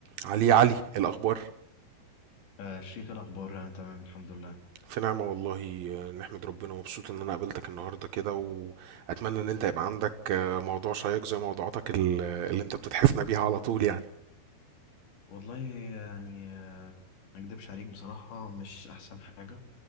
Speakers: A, on the right; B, on the left.
A: علي علي الأخبار
B: آه شريف إيه الأخبار أنا تمام الحمد لله
A: في نعمة والله آه، نحمد ربنا ومبسوط إن أنا قابلتك النهاردة كده وأتمنى إن أنت يبقى عندك آه، موضوع شيق زي موضوعاتك ال- اللي أنت بتتحفنا بيها على طول يعني
B: والله يعني آه ما أكدبش عليك بصراحة مش أحسن حاجة